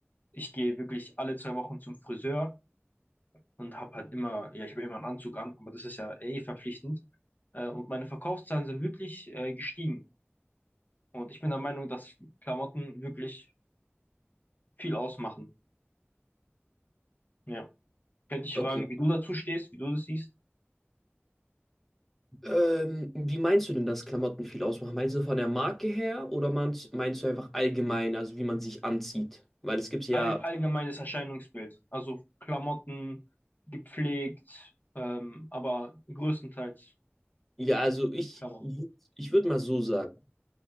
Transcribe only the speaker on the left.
ich gehe wirklich alle zwei Wochen zum Friseur. und habe halt immer, ja, ich habe immer einen Anzug an, aber das ist ja eh verpflichtend. Äh, und meine Verkaufszahlen sind wirklich äh, gestiegen. Und ich bin der Meinung, dass Klamotten wirklich viel ausmachen. Ja. Könnte ich
fragen, wie du dazu stehst, wie du das siehst?
All, allgemeines Erscheinungsbild. Also Klamotten, gepflegt, ähm, aber größtenteils
Klamotten.